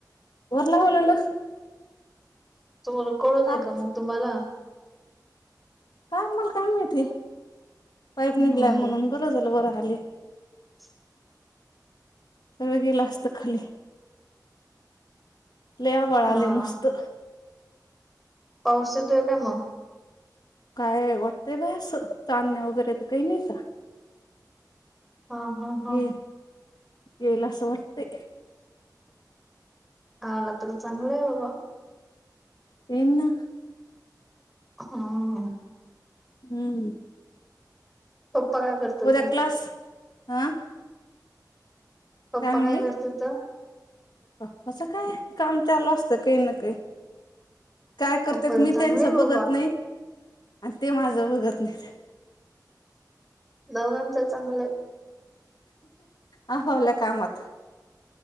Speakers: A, on the left (about 75°); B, in the centre.
A: वरल्या <inaudible> होलल.
B: तुम्हाला कळू
A: टाक
B: नये का मग तुम्हाला.
A: काय मला काय माहिती पाईप
B: हम्म.
A: निघलाय म्हणून बरं झालं बरं आले.
B: <unintelligible>
A: सगळं गेलं असतं खाली. लय आभाळ आलाय
B: हा
A: मस्त.
B: पाऊस येतोय काय मग?
A: काय वाटतंय बाय अस चांदण्या वगैरे तर काही नाही तर.
B: हा हा हा.
A: ये येईल अस वाटतेय.
B: आला तर चांगलं आहे बाबा.
A: येईना.
B: हा हा.
A: हम्म.
B: पप्पा काय करतात
A: उद्या क्लास ह.
B: पप्पा
A: म्हणली
B: काय करत्यात?
A: पप्पाचं काय काम चालू असतं काही ना काही काय करते
B: पप्पाच
A: मी
B: चांगलंय
A: त्यांचं बघत
B: बाबा
A: नाही आणि ते माझं बघत नाही.
B: दोघांच चांगलंय.
A: आपापल्या कामात.